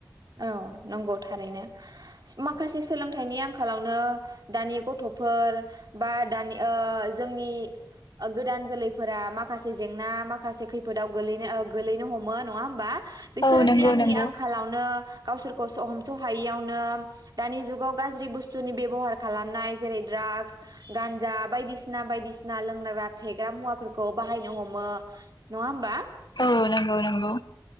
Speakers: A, on the right; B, on the left.
A: औ नंगौ थारैनो, माखासे सोलोंथनि आंखा लावनो दानि गथ फोर बा दानि ओ जोंनि ओ गोदान जोलैफोरा माखासे जेंना, माखासे खैफोदाव गोलैनो ओ गोलैनो हमो नङा होमबा? बिसोरो
B: औ नंगौ
A: गियाननि
B: नंगौ
A: आंखालावनो गावसोरखौ स हमस हायैयावनो दानि जुगाव गाज्रि बुस्थुनि बेबहार खालामनाय जेरै ड्रागस, गान्जा बायदिसिना बायदिसिना लोंनग्रा फेग्रा मुवाफोरखौ बाहायनो हमो। नङा होमबा?
B: औ नोंगौ नोंगौ